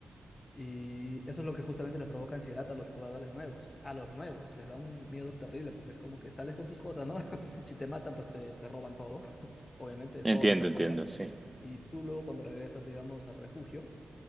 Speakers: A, on the left (about 40°); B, in the centre.
A: y eso es lo que justamente les provoca ansiedad a los jugadores nuevos. A los nuevos les da un miedo terrible porque es como que sales con tus cosas, ¿no? <laughs> Si te matan, pues te, te roban todo, <laughs> obviamente, todo
B: entiendo,
A: lo que puedan.
B: entiendo, sí.
A: Y tú luego cuando regresas, digamos, al refugio,